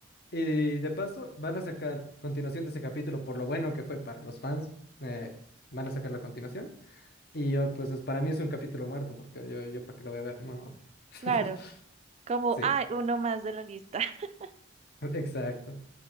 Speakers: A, on the left; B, on the right.
A: y de paso, van a sacar continuación de ese capítulo por lo bueno que fue para los fans, eh, van a sacar la continuación. Y yo, pues, es- para mí es un capítulo muerto, porque yo, yo para qué lo voy a ver, no. <laughs>
B: claro, como,
A: Sí,
B: ah, uno más de la lista. <laughs>
A: exacto.